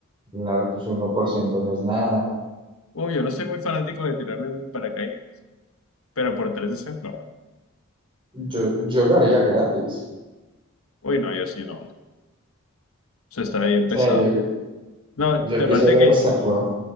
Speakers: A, on the right; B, on the left.
A: Claro, pues uno por ciento no es nada.
B: Uy, yo no soy muy fanático de tirarme un paracaídas, pero por tres deseos lo hago.
A: Yo, yo lo haría gratis.
B: Uy, no, yo sí no. Eso está bien
A: O
B: pesado.
A: sea, yo,
B: No,
A: yo
B: aparte
A: quisiera
B: que,
A: hacerlo.